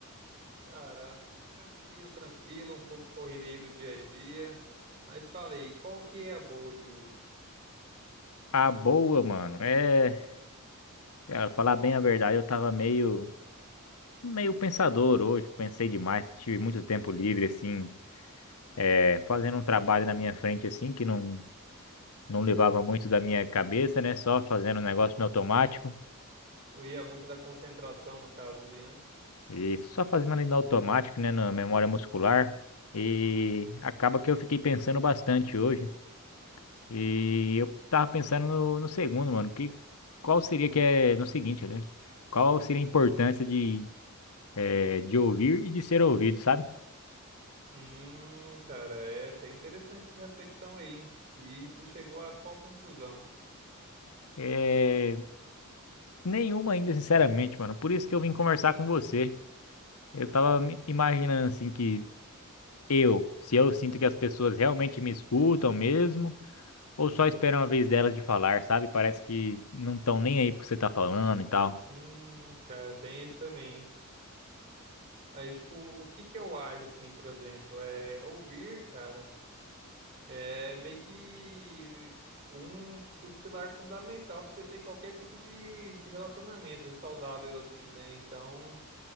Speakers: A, on the right; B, on the left.
A: Cara, tranquilo, tranquilo, um pouco corrido aí do dia a dia. Mas falei, qual que é a boa de hoje?
B: Ah, boa, mano. É, cara, falar bem a verdade, eu tava meio, meio pensador hoje, pensei demais, tive muito tempo livre, assim, é, fazendo um trabalho na minha frente, assim, que não, não levava muito da minha cabeça, né? Só fazendo um negócio
A: Então,
B: no automático.
A: não ia muito da concentração, no caso ali, né?
B: E só fazendo ali no automático, né, na memória muscular. E acaba que eu fiquei pensando bastante hoje. E eu tava pensando no, no segundo, mano. Que, qual seria que é no seguinte, né? Qual seria a importância de, eh, de ouvir e de ser ouvido, sabe?
A: Hum, cara, é bem interessante essa reflexão aí, hein? E tu chegou a qual conclusão?
B: É, nenhuma ainda, sinceramente, mano. Por isso que eu vim conversar com você. Eu tava me imaginando assim que eu, se eu sinto que as pessoas realmente me escutam mesmo. Ou só esperam uma vez delas de falar, sabe? Parece que não estão nem aí porque você tá falando e tal.
A: Hum, cara, tem isso também. hein? Aí, tipo, o que que eu acho, assim, por exemplo, é ouvir, cara. É meio que um dos pilares fundamental para você ter qualquer tipo de, de relacionamento saudável, assim, né? Então,